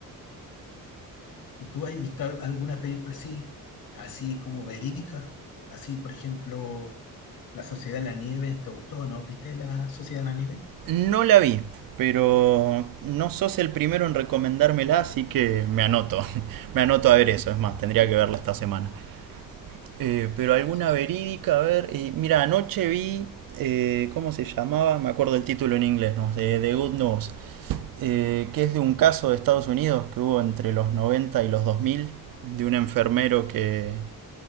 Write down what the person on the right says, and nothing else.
No la vi, pero no sos el primero en recomendármela, así que me anoto. <laughs> Me anoto a ver eso. Es más, tendría que verla esta semana. Eh,
pero alguna
verídica, a ver. eh, mira, anoche vi, eh, ¿cómo se llamaba? Me acuerdo el título en inglés, ¿no? De The Good Nurse, eh, que es de un caso de Estados Unidos que hubo entre los 90 y los 2000, de un enfermero que,